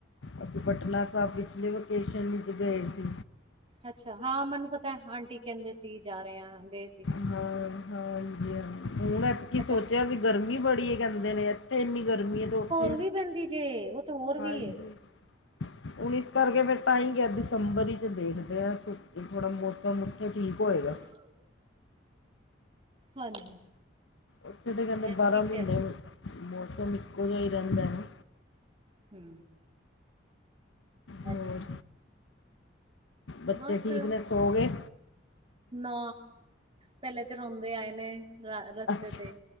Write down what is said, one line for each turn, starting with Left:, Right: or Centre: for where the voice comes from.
Left: ਉਥੇ ਪਟਨਾ ਸਾਹਿਬ ਪਿਛਲੇ ਵਕੇਸ਼ਨ ਵਿੱਚ ਗਏ ਸੀ।
Right: ਅੱਛਾ ਹਾਂ ਮੈਨੂੰ ਪਤਾ ਆਂਟੀ ਕਹਿੰਦੇ ਸੀ ਜਾ ਰਹੇ ਹਾਂ ਗਏ ਸੀ।
Left: ਹਾਂ ਹਾਂ ਹਾਂਜੀ ਹਾਂਜੀ। ਅਸੀਂ
Right: ਅੱਛਾ
Left: ਸੋਚਿਆ ਸੀ ਗਰਮੀ ਬੜੀ ਕਹਿੰਦੇ ਨੇ ਇੱਥੇ ਇੰਨੀ ਗਰਮੀ ਹੈ ਤੇ ਉੱਥੇ।
Right: ਧੁੱਪ ਵੀ ਪੈਂਦੀ ਜੇ ਉੱਥੇ ਹੋਰ
Left: ਹਾਂਜੀ
Right: ਵੀ ਏ।
Left: ਹੁਣ ਇਸ ਕਰਕੇ ਫਿਰ ਤਾਂ ਹੀ ਕਿਹਾ ਦਸੰਬਰ ਹੀ ਵਿੱਚ ਦੇਖਦੇ। ਤੇ ਇਹ ਥੋੜ੍ਹਾ ਮੌਸਮ ਉੱਥੇ ਠੀਕ ਹੋਏਗਾ।
Right: ਹਾਂ। ਹਾਂਜੀ।
Left: ਉੱਥੇ ਤਾਂ ਕਹਿੰਦੇ
Right: ਇੱਥੇ
Left: ਬਾਰ੍ਹਾਂ ਮਹੀਨੇ
Right: ਕਰੋ।
Left: ਮੌਸਮ ਇੱਕੋ ਜਿਹਾ ਹੀ ਰਹਿੰਦਾ ਨਾ।
Right: ਹੂੰ।
Left: ਹੋਰ
Right: ਐ ਤੇ ਹੈ
Left: ਬੱਚੇ
Right: ਬਸ
Left: ਠੀਕ ਨੇ ਸੌ ਗਏ।
Right: ਨਾ ਪਹਿਲੇ ਤੇ ਰੋਂਦੇ ਆਏ ਨੇ ਰਸਤੇ
Left: ਅੱਛਾ
Right: ਤੇ।